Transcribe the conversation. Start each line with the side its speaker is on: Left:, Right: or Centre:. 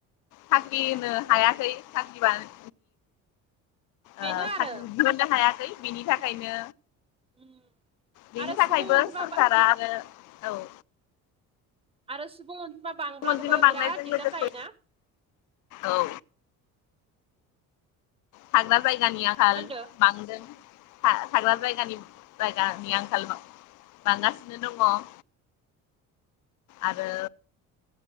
Left: साख्रि होनो हायाखै साख्रि बान
Right: बेनो
Left: ओ
Right: आरो
Left: साख्रि <unintelligible> दिहुननो हायाखै बिनि थाखायनो
Right: उम
Left: बेनि
Right: आरो
Left: थाखायबो
Right: सुबुं अनजिमा
Left: सरखारा आरो औ ओ
Right: आरो सुबुं अनजिमा बांब्लाबो
Left: सुबुं अनजिमा बांनायजों
Right: बिराद दिगदार
Left: लोगोसे
Right: जायोना ओ
Left: औ। थाग्रा जायगानि आंखाल
Right: होनदो
Left: बांदों थाग्रा जायगानि जायगानि आंखाल ना बांगासिनो दङ। आरो